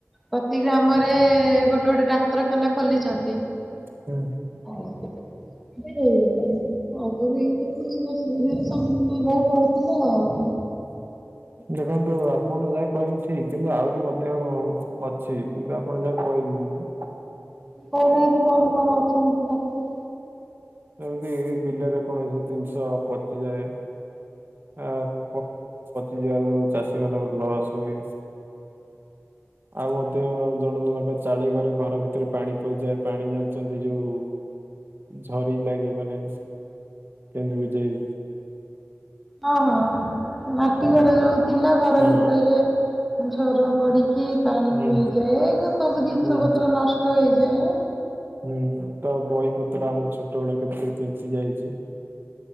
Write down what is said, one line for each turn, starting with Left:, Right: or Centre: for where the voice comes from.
Centre: ପ୍ରତି ଗ୍ରାମରେ ଗୋଟେ ଗୋଟେ ଡାକ୍ତରଖାନା ଖୋଲିଚନ୍ତି।
Right: ହୁଁ
Centre: <unintelligible> ଅଗୁରୁ ଏଇ ସବୁ ଅସୁବିଧାରେ ସମ୍ମୁଖୀନ ହବାକୁ ପଡୁଥିଲା ଆଉ।
Right: ଦେଖନ୍ତୁ ଆପଣ ଯାହା କହିଲେ ଠିକ କିନ୍ତୁ ଆହୁରି ମଧ୍ୟ ଅଛି କିନ୍ତୁ ଆପଣ ଯାହା କହି ହୁଁ।
Centre: କହୁନାହାନ୍ତି କଣ କଣ ଅଛନ୍ତି ଅଛି?
Right: ଏମିତି ବିଲରେ କୌଣସି ଜିନିଷ ପଚିଯାଏ। ଆ ଫଳ ମୂଳ ପଚିଯିବାରୁ ଚାଷୀ ମାନଙ୍କର ଲସ୍ ହୁଏ। ଆଉ ମଧ୍ୟ ଜଣ ଜଣକ ଚାଳି ଘରେ ଘର ଭିତରେ ପାଣି ପଶିଯାଏ ପାଣି ଜାଣିଛନ୍ତି ଯୋଉ ଝରି ଲାଗେ ମାନେ କେମିତି ବୁଝେଇବି
Centre: ହଁ ହଁ ମାଟି ଘର ଯୋଉ ଥିଲା ଘର
Right: ହଁ
Centre: ଭିତରେ ଝର ପଡିକି ପାଣି
Right: ହୁଁ
Centre: ହେଇଯାଏ ଗ ସବୁ ଜିନିଷ
Right: ହୁଁ
Centre: ପତ୍ର ନଷ୍ଟ ହେଇଯାଏ।
Right: ହୁଁ ତ ବହିପତ୍ର ଆମର ଛୋଟ ବଡ କେତେ କେମିତି ଯାଇଚି।